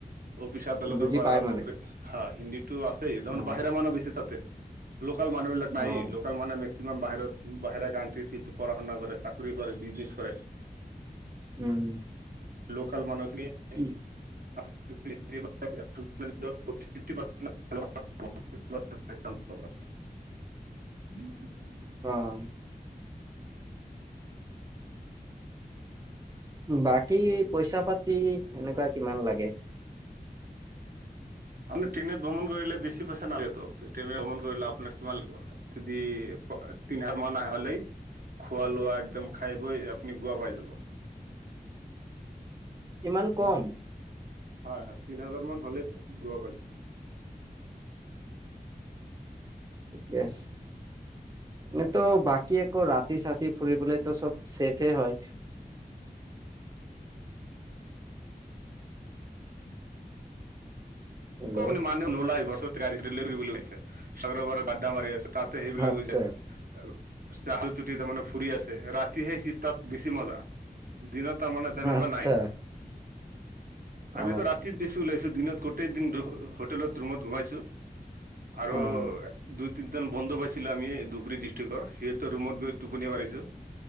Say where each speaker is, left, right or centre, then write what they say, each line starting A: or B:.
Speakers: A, on the right (about 65°); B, on the right (about 25°).
A: অফিচ, আদালতৰ
B: বুজি
A: পৰা
B: পাই
A: আৰম্ভ
B: মানে
A: কৰে। হা! হিন্দীটো <unintelligible>
B: অ'
A: বাহিৰা মানুহ বেছি তাতে। লোক মানুহবিলাক নাইয়য়।
B: অ'
A: লোকেল মানু কিমান বাহিৰত, বাহিৰা কাউন্ট্ৰীত, পঢ়া শুনা কৰে। চাকৰি কৰে, বিজনেছ কৰে।
B: উম!
A: লোকেল মানুহখিনি
B: কি?
A: <unintelligible> <unintelligible>
B: অ বাকী পইচা পাতি এনেকুৱা কিমান লাগে
A: আপনি ট্ৰেইনত ভ্ৰমণ কৰিলে বেছি পইচা নালাগেতো ট্ৰেইনে ভ্ৰমণ কৰিলে আপোনাক কিমান লাগিব যদি তিনি হাৰ মাহ আহ হলেই খোৱা লোৱা একদম খাই বৈ আপুনি গোৱা পাই যাব
B: ইমান কম
A: হয় হয় তিনি হাজাৰ মান হ'লেই গোৱা প
B: ঠিকে আছে এনেতো বাকী আকৌ ৰা চাতি ফুৰিবলৈ তো চব চেফে হয় হেল্ল'
A: আপুনি মান নোলাই লৈছে চাগৰোৰ ডা্ডা মাৰি আছে তাতে সেইবিলাক
B: আচ্ছা
A: হৈ যায় চাহাল টুটি তাৰমানে ফুৰি আছে ৰাতিহে সি তাত বেছি মজা দিনত তাৰমানে তেনেকুৱা
B: আচ্ছা
A: নাই আমিতো
B: অ'
A: ৰাতি বেছি ওলাইছো দিনত গোটেই দিন হোটেলত ৰুমত সোমাইছো আৰু
B: অ'
A: দুই তিনজন বন্ধু পাইছিলো আমি ধুবুৰী ডিষ্ট্ৰিক্টৰ সিহঁতো ৰুমত গৈ টোপনি মাৰিছো